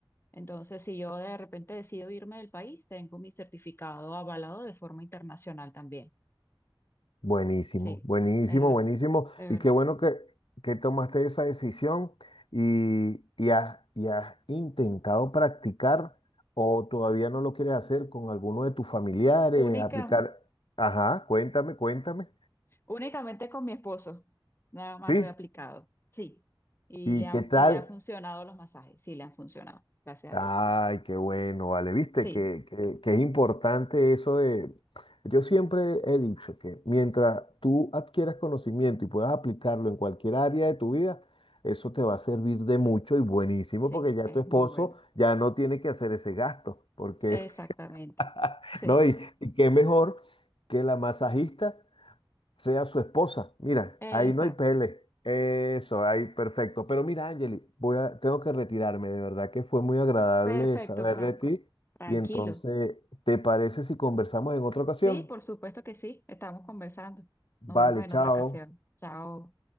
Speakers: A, on the left; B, on the left.
A: Entonces, si yo de repente decido irme del país, tengo mi certificado avalado de forma internacional también.
B: Buenísimo,
A: Sí,
B: buenísimo,
A: ¿verdad?
B: buenísimo.
A: De
B: Y
A: verdad.
B: qué bueno que, que tomaste esa decisión y, y has, y has intentado practicar o todavía no lo quieres hacer con alguno de tus familiares,
A: Única,
B: aplicar. Ajá, cuéntame, cuéntame.
A: <laughs> únicamente con mi esposo, nada más
B: Sí,
A: lo he aplicado. Sí, y
B: ¿y
A: le ha,
B: qué tal?
A: y le ha funcionado los masajes, sí, le han funcionado, gracias
B: Ay,
A: a Dios. Sí,
B: qué bueno, vale. Viste
A: sí,
B: que, que- que es importante eso de... Yo siempre he dicho que mientras tú adquieras conocimiento y puedas aplicarlo en cualquier área de tu vida, eso te va a servir de mucho y buenísimo
A: sí,
B: porque ya
A: es
B: tu esposo
A: muy bueno.
B: ya no tiene que hacer ese gasto, porque,
A: Exactamente.
B: <laughs>
A: Sí,
B: ¿no? Y, y qué mejor que la masajista sea su esposa. Mira,
A: exacto.
B: ahí no hay pele. Eso, ahí perfecto. Pero mira, Angeli, voy a, tengo que retirarme. De verdad que fue muy agradable
A: Perfecto,
B: saber
A: Franco.
B: de ti.
A: Tranquilo.
B: Y entonces, ¿te parece si conversamos en otra ocasión?
A: Sí, por supuesto que sí. Estamos conversando. Nos
B: Vale,
A: vemos en
B: chao.
A: otra ocasión. Chao.